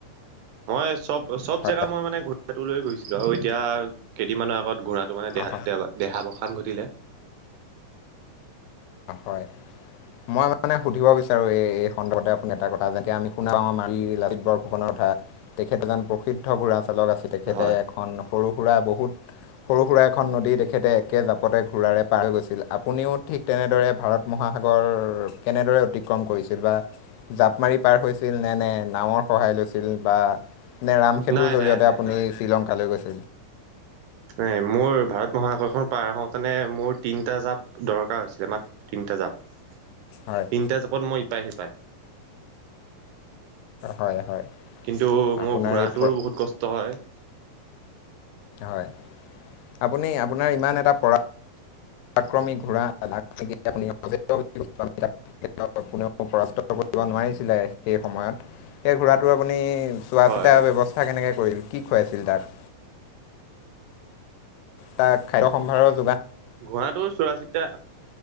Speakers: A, on the right; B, on the left.
A: মই চব চব
B: হয়
A: জেগা মই মানে <unintelligible> লৈ গৈছো। ধৰক এতিয়া কেইদিনমানৰ আগত ঘূৰা ত মানে
B: হয়
A: দেহা দে দেহাবসান ঘটিলে।
B: হয়। মই মানে সুধিব বিচাৰো এই সন্দৰ্ভতে আপুনি এটা কথা যেতিয়া আমি শুনাও আমাৰ এই লাচিত বৰফুকনত থা তেখেত এজন প্ৰসিদ্ধ ঘোঁৰা চালক আছে তেখেতে
A: হয়
B: এখন সৰু সুৰা বহুত সৰু সুৰা এখন নদী তেখেতে একে জাপতে ঘূৰাাৰে পাৰ গৈছিল। আপুনিও ঠিক তেনেদৰে ভাৰত মহাসাগৰ কেনেদৰে অতিক্ৰম কৰিছিল বা জাপ মাৰি পাৰ হৈছিল নে নে নাৱৰ সহায় লৈ- ছিল বা ৰামসেতুৰ
A: নাই
B: জৰিয়তে
A: নাই নাই
B: আপুনি শ্ৰীলংকালৈ গৈছিল
A: এ মোৰ ভাৰত মহাসাগৰখন পাৰ হওঁতোনে মোৰ তিনটা জাপ দৰকাৰ হৈছিলে মাত্ৰ তিনটা জাপ
B: হয়
A: তিনিটা জাপত মই ইপাৰ সিপাৰ
B: হয় হয়
A: কিন্তু মোৰ
B: আপোনাৰ
A: ঘোঁৰাটো
B: এই
A: বহুত কষ্ট হয়
B: হয় আপুনি আপোনাৰ ইমান এটা পৰা আক্ৰমিক ঘোঁৰা <unintelligible> কোনেও পৰাস্ত কৰিব নোৱাৰিছিলে সেই সময়ত সেই ঘোঁৰাটো আপুনি চোৱা
A: হয়
B: চিতা
A: হয়
B: ব্যৱস্থা কেনেকে কৰিল কি খুৱাইছিল তাক তাক খাদ্য সম্ভৱত
A: ঘোঁৰাটোৰ চোৱাচিতা